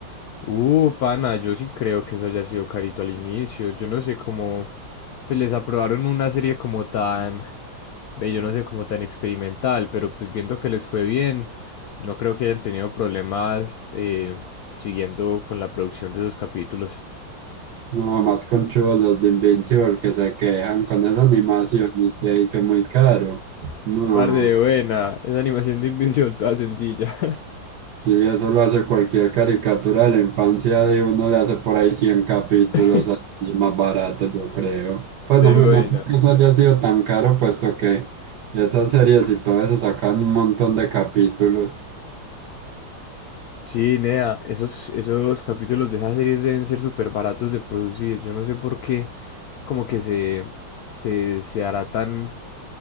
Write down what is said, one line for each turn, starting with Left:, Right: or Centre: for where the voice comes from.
Left: Uh, pana, yo sí creo que eso haya sido carito al inicio. Yo no sé cómo, pues les aprobaron una serie como tan, ve, yo no sé, como tan experimental, pero pues viendo que les fue bien, no creo que hayan tenido problemas eh, siguiendo con la producción de esos capítulos.
Right: No, más conchudos los de Invincible que se quejan con esa animación y que, y que muy caro. No.
Left: Par de buena, esa animación de Invincible toda sencilla.
Right: Sí, eso lo hace cualquier caricatura de la infancia de uno, le hace por ahí 100 capítulos
Left: <laughs>
Right: así más barato, yo creo. Pues
Left: De
Right: no, me-
Left: buena.
Right: no creo que eso haya sido tan caro, puesto que esas series y todo eso sacan un montón de capítulos.
Left: Sí, Nea, esos, esos capítulos de esas series deben ser súper baratos de producir. Yo no sé por qué, como que se, se, se hará tan,